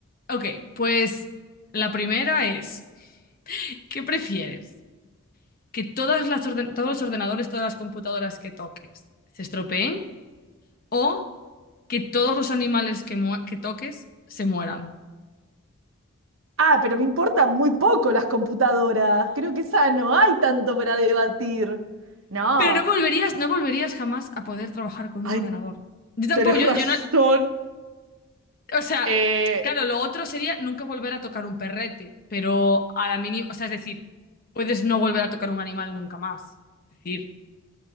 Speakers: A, on the left; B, on the right.
A: Ok, pues la primera es, <laughs> ¿qué prefieres? que todas las orden- todos los ordenadores, todas las computadoras que toques se estropeen o que todos los animales que, mu- que toques se mueran.
B: Ah, pero me importan muy poco las computadoras. Creo que esa no hay tanto para debatir. No.
A: Pero no volverías, no volverías jamás a poder trabajar con
B: Ay,
A: un ordenador. Yo tampoco,
B: tenés
A: yo,
B: razón.
A: yo no. O sea,
B: Eh,
A: claro, lo otro sería nunca volver a tocar un perrete, pero a la mínima. O sea, es decir, puedes no volver a tocar un animal nunca más. Es decir,